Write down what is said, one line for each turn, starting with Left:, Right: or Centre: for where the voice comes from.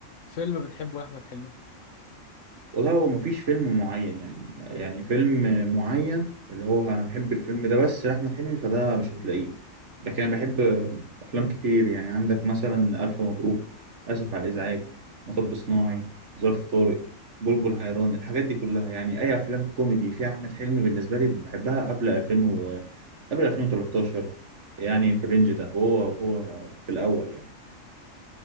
Left: فيلم بتحبه لاحمد حلمي
Right: والله هو مفيش فيلم معين يعني يعني فيلم معين اللي هو أنا بحب الفيلم ده بس لأحمد حلمي فده مش هتلاقيه لكن أنا بحب أفلام كتير يعني عندك مثلا ألف مبروك آسف على الإزعاج مطب صناعي ظرف طارق بلبل حيران الحاجات دي كلها يعني أي أفلام كوميدي فيها أحمد حلمي بالنسبة لي بحبها قبل 2000 و... قبل 2013 يعني في الرينج ده وهو وهو في الأول يعني